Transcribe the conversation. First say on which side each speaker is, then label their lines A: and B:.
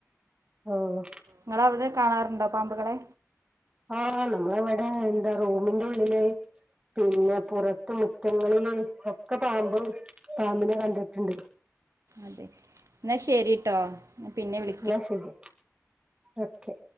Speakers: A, on the right; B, on the right.
A: ഓഹ്
B: നിങ്ങള അവിടെ കാണാറുണ്ടോ പാമ്പുകളെ
A: ആഹ് നമ്മളവിടെ എന്താ റോമിന്റെ ഉള്ളില് പിന്നെ പുറത്ത് മുറ്റങ്ങളില് ഒക്കെ പാമ്പ് പാമ്പിനെ കണ്ടിട്ടുണ്ട്
B: അതെ എന്നാ ശരിട്ടോ പിന്നെ വിളി
A: ന്നാ ശരി. ഓക്കെ